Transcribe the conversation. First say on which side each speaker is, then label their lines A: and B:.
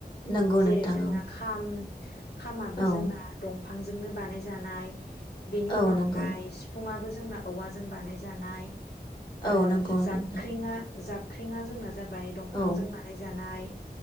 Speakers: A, on the left (about 25°); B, on the left (about 80°).
A: नंगौ नोंथां
B: जेरै जोंना
A: औ
B: खाम खामाबो
A: औ
B: जोंना दं फांजोंनो बानायजानाय बेनि
A: औ
B: उनावहाय
A: नंगौ
B: सिफुंआबो जोंना औवाजों बानाय जानाय
A: औ
B: ओ
A: नंगौ
B: जाबख्रिङा
A: नोंथां
B: जाबख्रिङा जोंना जाबाय दंफांजों
A: औ
B: बानायजानाय